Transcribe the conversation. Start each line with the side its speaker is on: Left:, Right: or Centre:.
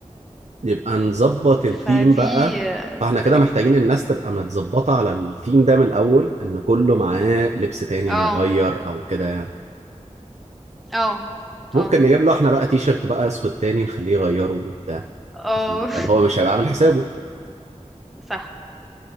Right: يبقى نظبط
Centre: فدي
Right: الثيم بقى
Centre: آه،
Right: فاحنا
Centre: دي
Right: كده
Centre: طريقة
Right: محتاجين الناس تبقى متظبطة على الثيم ده من الأول إن كله معاه لبس تاني
Centre: اه
Right: هيغير أو كده يعني
Centre: اه
Right: ممكن
Centre: اه
Right: نجيب له احنا بقى تي شيرت بقى أسود تاني نخليه يغيره وبتاع
Centre: اه
Right: عشان يبقى هو مش هيبقى عامل حسابه
Centre: <laughs> صح